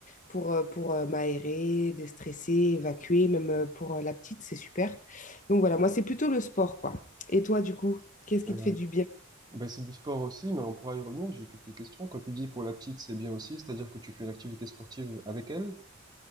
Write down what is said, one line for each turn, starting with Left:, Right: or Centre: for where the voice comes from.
Left: pour, euh, pour euh, m'aérer, déstresser, évacuer, même euh, pour euh, la petite, c'est super. Donc voilà, moi, c'est plutôt le sport, quoi. Et toi, du coup, qu'est-ce qui
Right: Euh,
Left: te fait du bien?
Right: ben c'est du sport aussi, mais on pourra y revenir. J'ai quelques questions. Quand tu dis pour la petite, c'est bien aussi, c'est-à-dire que tu fais une activité sportive avec elle?